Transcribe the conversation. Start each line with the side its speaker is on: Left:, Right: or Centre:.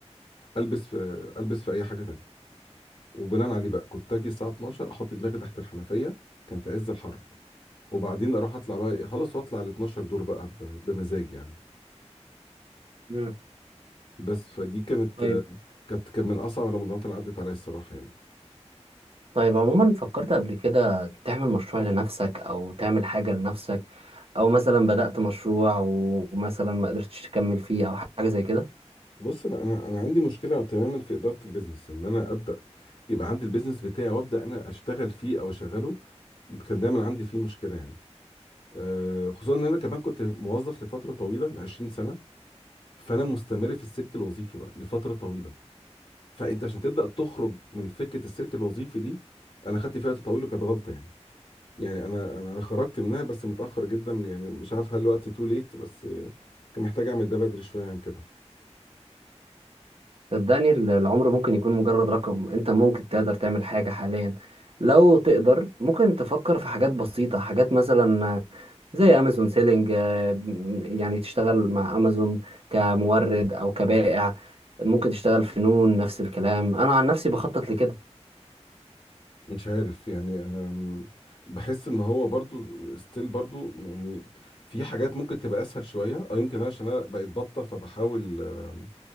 Left: البس في البس في اي حاجه تانية وبناء عليه بقى كنت اجي الساعه 12 احط دماغي تحت الحنفيه كان في عز الحر وبعدين اروح اطلع بقى إيه، خلاص واطلع ال 12 دور بقى ب- بمزاج يعني
Right: مم.
Left: بس فدي كانت
Right: طيب
Left: كانت كان من اصعب رمضانات اللي عدت عليا الصراحه يعني
Right: طيب عموما فكرت قبل كده تعمل مشروع لنفسك او تعمل حاجه لنفسك او مثلا بدأت مشروع ومثلا ما قدرتش تكمل فيه او حاجه زي كده
Left: بص انا انا انا عندي مشكله تماما في اداره البيزنس ان انا ابدا يبقى عندي البيزنس بتاعي وابدا انا اشتغل فيه او اشغله كان دايما عندي فيه مشكله يعني آه، خصوصا ان انا كمان كنت موظف لفتره طويله ل 20 سنه فانا مستمر في السلك الوظيفي بقى لفتره طويله فانت عشان تبدا تخرج من فكره السلك الوظيفي دي انا خدت فيها وقت طويل وكانت غلطه يعني يعني انا انا أنا خرجت منها بس متاخر جدا يعني مش عارف هل الوقت تو ليت بس آه، كان محتاج اعمل ده بدري شويه عن كده
Right: صدقني ال- العمر ممكن يكون مجرد رقم انت ممكن تقدر تعمل حاجة حاليا لو تقدر ممكن تفكر في حاجات بسيطة حاجات مثلا زي امازون سيلينج يعني تشتغل مع امازون كمورد او كبائع ممكن تشتغل في نون نفس الكلام انا عن نفسي بخطط لكده
Left: مش عارف يعني انا م- بحس ان هو برضو ستيل برضو يعني في حاجات ممكن تبقى اسهل شويه او يمكن انا عشان انا بقيت بطه فبحاول آم،